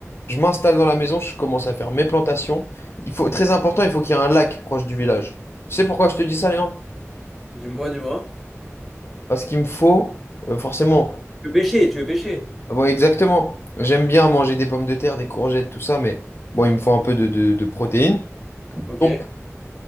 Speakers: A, on the left; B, in the centre.
A: je m'installe dans la maison, je commence à faire mes plantations. Il faut, très important, il faut qu'il y ait un lac proche du village. Tu sais pourquoi je te dis ça, Léon?
B: Dis-moi, dis-moi.
A: Parce qu'il me faut, euh, forcément,
B: Tu veux pêcher, tu veux pêcher.
A: ah bon, exactement. J'aime bien manger des pommes de terre, des courgettes, tout ça, mais bon, il me faut un peu de, de, de protéines.
B: Ok,
A: Donc,